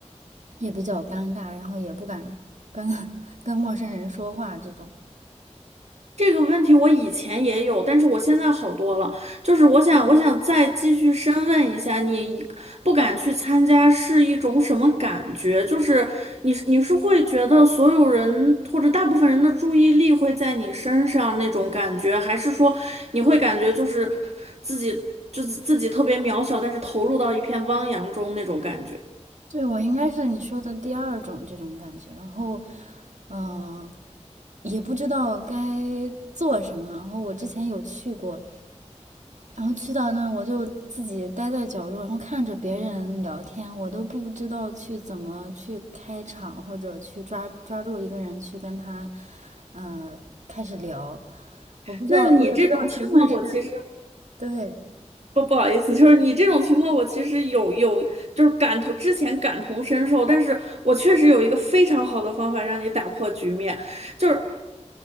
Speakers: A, on the right; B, on the right.
A: 也比较尴尬，然后也不敢 <laughs> 跟跟陌生人说话这种。
B: 这个问题我以前也有，但是我现在好多了。就是我想，我想再继续深问一下，你不敢去参加是一种什么感觉？就是你是你是会觉得所有人或者大部分人的注意力会在你身上那种感觉，还是说你会感觉就是自己就是自己特别渺小，但是投入到一片汪洋中那种感觉？
A: 对我应该是你说的第二种这种感觉，然后呃也不知道该做什么。然后我之前有去过，然后去到那我就自己待在角落，然后看着别人聊天，我都不知道去怎么去开场或者去抓抓住一个人去跟他呃开始聊。我不知道，
B: 那你这种情况，
A: 我也不知道他们是
B: 我其实
A: 对，
B: 不不好意思，就是你这种情况，我其实有有就是感同之前感同身受，但是我确实有一个非常好的方法让你打破局面，就是